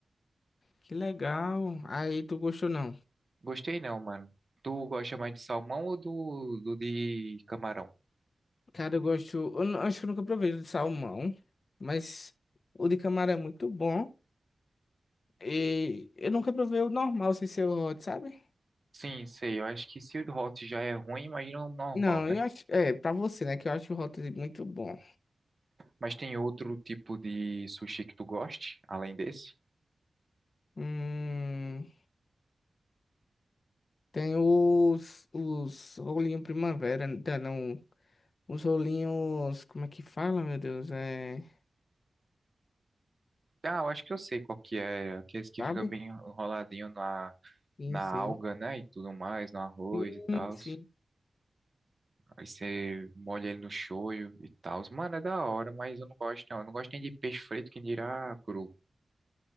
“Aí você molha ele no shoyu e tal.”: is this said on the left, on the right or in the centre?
Right